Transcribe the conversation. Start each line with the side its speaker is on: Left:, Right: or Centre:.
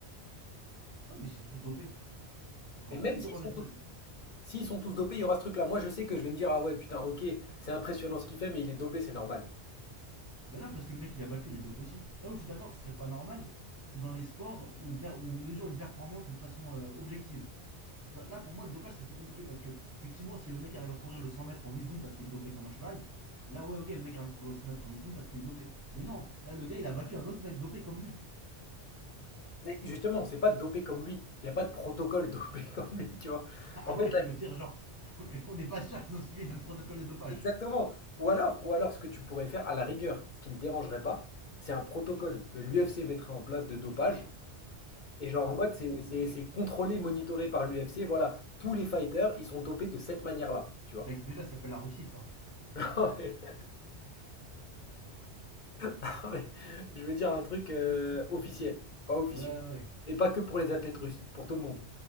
Right: Ouais, mais ils sont tous dopés. On pourra
Left: Mais même
Right: plus se
Left: s'ils
Right: dire, ouais,
Left: sont
Right: mais c'est passé.
Left: S'ils sont tous dopés, il y aura ce truc-là. Moi, je sais que je vais me dire, ah ouais, putain, ok, c'est impressionnant ce qu'il fait, mais il est dopé, c'est normal.
Right: Mais non, parce que le mec il a battu, il est dopé aussi. Là où je suis d'accord que ce serait pas normal, c'est dans les sports où on, perd, où on mesure une performance de façon euh, objective. Tu vois, là pour moi le dopage c'est plus compliqué parce que effectivement si le mec arrive à courir le 100 mètres en 8 secondes parce qu'il est dopé comme un cheval, là ouais ok le mec arrive à courir le 100 mètres en 8 secondes parce qu'il est dopé. Mais non, là le gars il a battu un autre mec dopé comme lui.
Left: Mais justement, c'est pas dopé comme lui. Il n'y a pas de protocole <laughs> dopé comme lui, tu vois.
Right: <laughs> ah
Left: En fait,
Right: ouais
Left: là-
Right: tu veux dire genre <laughs> on n'est pas sûr qu'ils ont suivi le même protocole de dopage.
Left: exactement. Ou alors, ou alors, ce que tu pourrais faire, à la rigueur, ce qui me dérangerait pas, c'est un protocole que l'UFC mettrait en place de dopage. Et genre, en mode, c'est c'est- c'est contrôlé, monitoré par l'UFC. Voilà, tous les fighters, ils sont dopés de cette manière-là, tu vois.
Right: Mais ça existe déjà, ça s'appelle la Russie ça.
Left: <laughs> <laughs> Non, mais je veux dire un truc euh, officiel, pas officieux.
Right: Ouais ouais.
Left: Et pas que pour les athlètes russes, pour tout le monde,